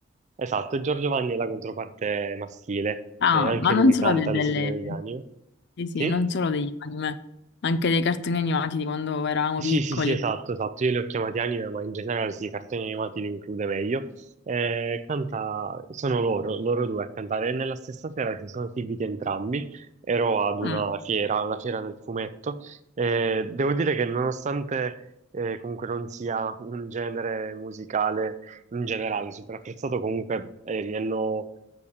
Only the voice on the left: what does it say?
Ah,
ma non
solo
de- delle...
Sì, sì,
non solo degli anime, anche dei cartoni animati di quando eravamo
piccoli.
Mm.